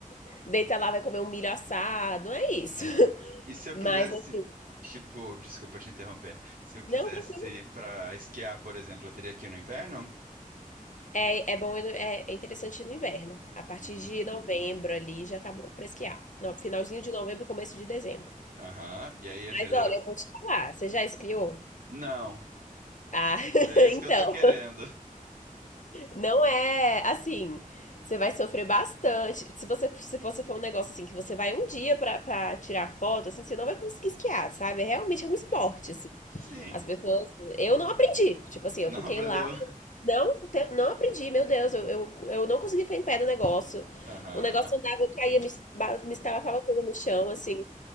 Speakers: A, on the left; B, on the right.
A: deita lá, vai comer um milho assado. Não é isso.
B: Aham.
A: <laughs>
B: E se eu
A: Mas
B: quisesse,
A: assim,
B: tipo, desculpa te interromper. Se eu quisesse
A: não, tranquilo.
B: para esquiar, por exemplo, eu teria que ir no inverno?
A: É, é bom, ir no- é, é interessante ir no inverno. A partir
B: Uhum.
A: de novembro ali já tá bom pra esquiar. No, finalzinho de novembro, começo de dezembro.
B: Aham. E aí a geleira.
A: Mas olha, eu vou te falar, você já esquiou?
B: hum. Não,
A: Ah, <laughs>
B: é isso
A: então,
B: que eu tô querendo.
A: não é assim. Você vai sofrer bastante. Se você se você for um negócio assim que você vai um dia pra, pra tirar foto, assim, você não vai conseguir esquiar, sabe? É Realmente é um esporte,
B: Sim.
A: assim.
B: Sim.
A: As pessoas, eu não aprendi. Tipo assim,
B: Não
A: eu fiquei
B: aprendeu?
A: lá Não, te- não aprendi, meu Deus, eu, eu, eu não consegui ficar em pé no negócio.
B: Aham.
A: O negócio andava, eu caía, me, ba- me estava toda no chão, assim.